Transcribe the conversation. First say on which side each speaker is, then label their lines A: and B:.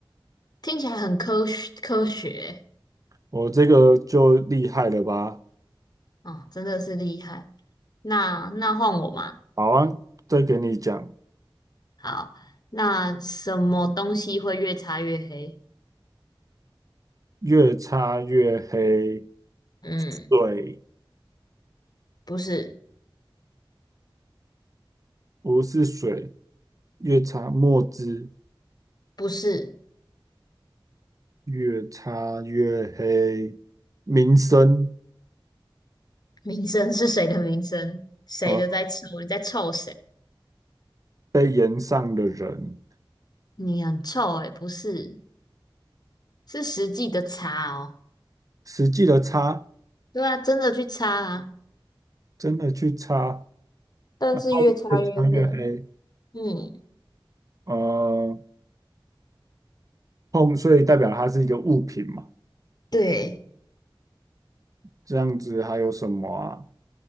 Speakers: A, on the left; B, on the right.
A: 听起来很科学科学。
B: 我这个就厉害了吧？
A: 哦，真的是厉害。那那换我嘛。
B: 好啊，再给你讲，
A: 好，那什么东西会越擦越黑？
B: 越擦越黑，
A: 嗯，
B: 水
A: 不是，
B: 不是水，越擦墨汁。
A: 不是，
B: 越擦越黑，名声
A: 名声是谁的名声？谁的在臭？
B: 呃，
A: 你在臭谁？
B: 被延上的人，
A: 你很臭诶、不是，是实际的擦哦。
B: 实际的擦，
A: 对啊，真的去擦啊。
B: 真的去擦，然
A: 但是越擦越黑。
B: 后越擦越黑，
A: 嗯，
B: 呃，碰，所以代表它是一个物品嘛，
A: 对，
B: 这样子还有什么啊？